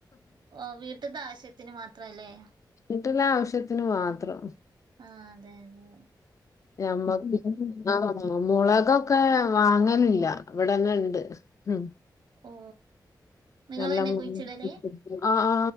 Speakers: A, on the right; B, on the left.
A: ഓ വീട്ട്ത്തെ ആശ്യത്തിന് മാത്രല്ലേ
B: വീട്ടിലെ ആവശ്യത്തിന് മാത്രം
A: ആ അതെ ല്ലെ
B: ഞമ്മക്ക് ആ മുളകൊക്കെ വാങ്ങല് ഇല്ല ഇവിടെന്നെ ഇണ്ട് മ്
A: ഓ നിങ്ങളെന്നെ
B: ല്ലാം <unintelligible>
A: കുഴിച്ചിടല്
B: ആ ആ